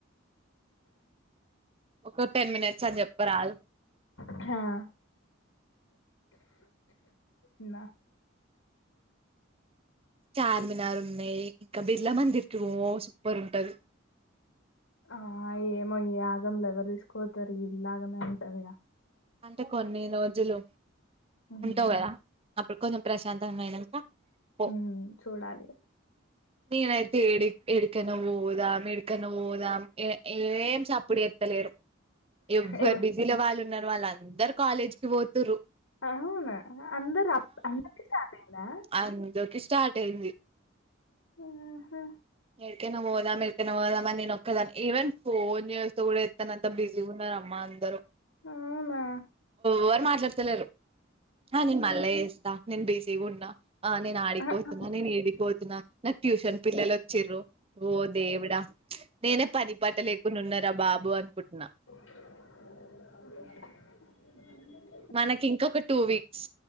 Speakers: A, on the right; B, on the left.
A: ఒక టెన్ మినిట్స్ అని చెప్పరాదు
B: హ న
A: చార్మినార్ ఉన్నాయి ఇంకా బిర్లా మందిర్ కి పో సూపర్ ఉంటాది
B: ఆ ఏమో ఈ ఆగంలో ఎవరు తీసుకవోతారు ఇల్లా ఆగమే ఉంటదిగ
A: అంటే కొన్ని రోజులు
B: ఉమ్
A: ఉంటవు కదా అప్పుడు కొంచెం ప్రశాంతంగా అయినాక పో
B: మ్ చూడాలి
A: నేనైతే ఏడి ఎడికన పోదాం ఎడికన పోదాం ఏం సప్పుడు చేత్తలేరు ఎవ్వరు
B: ఇగ
A: బిజీలో వాళ్ళు ఉన్నారు వాళ్ళు అందరు కాలేజ్ కి పోతుర్రు
B: అవునా అందరు అదరికి స్టార్ట్ అయిందా
A: అందరికీ స్టార్ట్ అయింది
B: ఆహా
A: ఎడికైనా పోదాం ఏడికైనా పోదాం మని నేను ఒక దానే ఈవేన్ ఫోన్ చేస్తే కూడా ఎత్ కనంత బిజీగుణరమ్మా అందరూ
B: అవునా
A: ఎవరు మాట్లాడతలేరు ఆ నేన్ మళ్ళా చేస్త నేన్ బిజీగునా ఆ నేనడికిపోతున్న
B: ఆహా
A: నేను ఏడిక్పోతున్నా నాకు ట్యూషన్ పిల్లల వచిరు ఓ దేవుడా నేనే పని పట లేకుడా ఉన్నారా బాబు అనుకుంటున్నా
B: <unintelligible>
A: మనకి ఇంకొక టూ వీక్స్